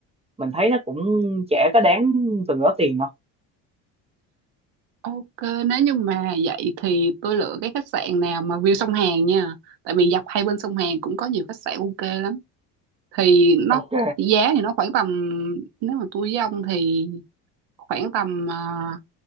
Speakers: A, on the right; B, on the right.
A: mình thấy nó cũng chả có đáng từng đó tiền đâu
B: ok nếu như mà vậy thì tôi lựa cái khách sạn nào mà view sông Hàn nha tại vì dọc hai bên sông Hàn cũng có nhiều khách sạn ok lắm thì nó
A: ok
B: giá thì nó khoảng tầm nếu mà tôi với ông thì khoảng tầm uh,